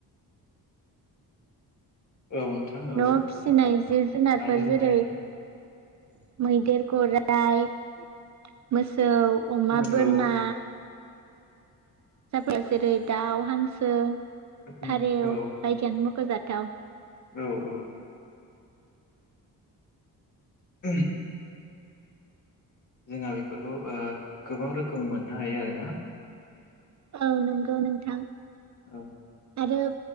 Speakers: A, on the left; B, on the right.
A: औ नोंथां औ
B: न'आव फिसिनाय जिब जुनारफोर
A: आरो जोंहा
B: जेरै-
A: एम्फौ
B: मैदेर गराइ मो सौ अमा
A: उम,
B: बोरमा
A: औ
B: साफोरो जेरै दाउ हांसो
A: उम,
B: फारेव
A: औ
B: बायदियानो मख'जा दं
A: औ औ <inaudible> जोंहा बेफोरखौ ओ गोबां रोखोमनि मोननो हायो आरोना
B: औ नंगौ नोंथां
A: औ
B: आरो